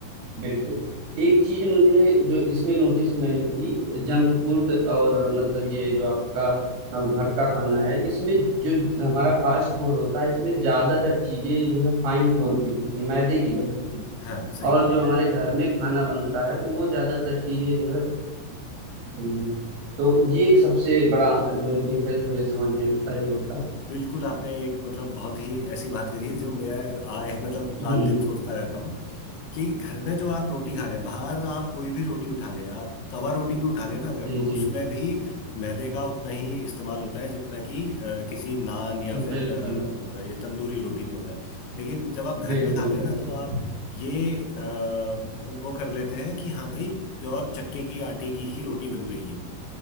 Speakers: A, on the right; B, on the left.
A: बिल्कुल एक चीज मुझे जो इसमें नोटिस मैंने की जंक फूड और मतलब ये जो आपका अ, घर का खाना है इसमें जो हमारा फास्ट फूड होता है इसमें ज्यादातर चीजें जो है फाइन फ्लोर की बनती है मैदे की बनती है
B: हाँ सही
A: और
B: बात
A: जो हमारे घर में खाना बनता है वो ज्यादातर चीजें जो है होती हैं तो
B: है
A: ये एक सबसे बड़ा जो डिफरेंस मुझे समझ में आता है ये होता है
B: बिल्कुल आपने एक मतलब बहुत ही ऐसी बात करी है जो मैं आए मतलब
A: हम्म,
B: रात दिन सोचता रहता हूँ कि घर में जो आप रोटी खा रहे हैं बाहर आप कोई भी रोटी उठा लें आप तवा रोटी भी उठा लें ना अगर
A: जी
B: तो
A: जी
B: उसमें भी मैदे का उतना ही इस्तेमाल होता है जितना कि अ, किसी नान या
A: बिल्कुल
B: फिर अ, ये तंदूरी रोटी में होता है लेकिन जब आप घर
A: बिल्कुल
B: में खाते हैं
A: बिल्कुल
B: ना तो आप ये अ, वो कर लेते हैं कि हाँ भाई प्योर चक्के की आटे की ही रोटी बन रही है